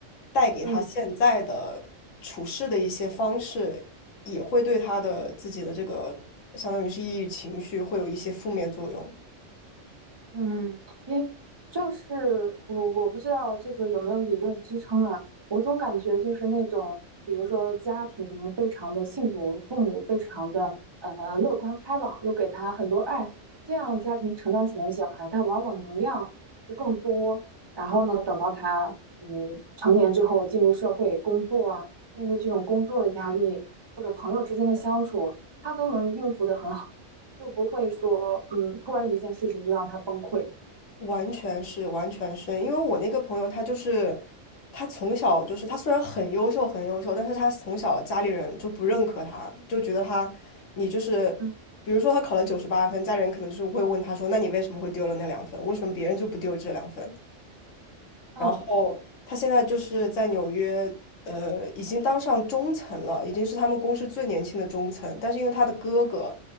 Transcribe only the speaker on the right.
嗯。
嗯，因为就是我我不知道这个有没有理论支撑啊，我总感觉就是那种，比如说家庭非常的幸福，父母非常的呃乐观开朗，又给他很多爱，这样家庭成长起来的小孩，他往往能量就更多。然后呢，等到他嗯成年之后进入社会工作啊，面对这种工作的压力或者朋友之间的相处，他都能应付得很好。就不会说，嗯，突然一件事情就让他崩溃。
嗯，
哦，